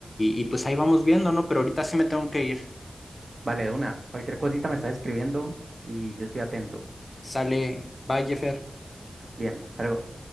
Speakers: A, on the left; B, on the right.
A: y pues ahí vamos viendo, ¿no? Pero ahorita sí me tengo que ir.
B: Vale, de una. Cualquier cosita me estás escribiendo y yo estoy atento.
A: Sale, bye, Jeffer.
B: Bien, salgo.